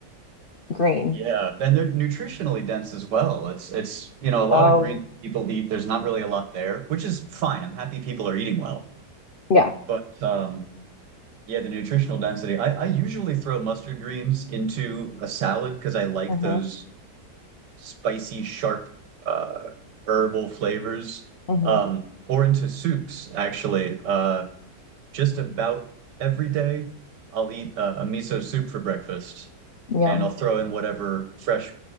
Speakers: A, on the left; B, on the right.
A: green.
B: Yeah, and they're nutritionally dense as well. It's it's you know a lot
A: Oh,
B: of greens people eat. There's not really a lot there, which is fine. I'm happy people are eating well,
A: yeah.
B: but um, yeah, the nutritional density. I, I usually throw mustard greens into a salad because I like
A: Mm-hmm.
B: those spicy, sharp, uh, herbal flavors,
A: Mm-hmm.
B: um, or into soups, actually. Uh, just about every day, I'll eat uh, a miso soup for breakfast,
A: Yum.
B: and I'll throw in whatever fresh